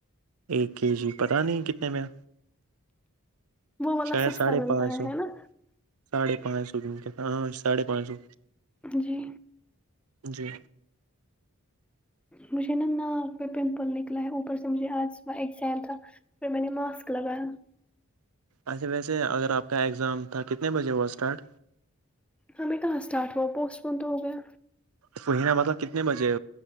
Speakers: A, on the right; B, in the centre.
A: ایک کے جی پتا نہیں کتنے میں
B: وہ والا
A: شاید
B: سستا
A: ساھے
B: ملتا
A: پچ
B: ہے
A: سو
B: ہے نا
A: ساھے پانچ سو جن کے ہاں ساھے پانچ سو
B: جی
A: جی
B: مجھے نا ناک پہ پمپل نکلا ہے اوپر سے مجھے آجا ایگزائم تھا پھر میں نے ماسک مطلب
A: اچھے ویسے اگر آپ کا ایگزام تھا کتنے بجے ہوا اسٹارٹ
B: ہمیں کہاں اسٹارٹ ہوا پوسٹ پون تو ہو گیا
A: توہینا مطلب کتنے بجے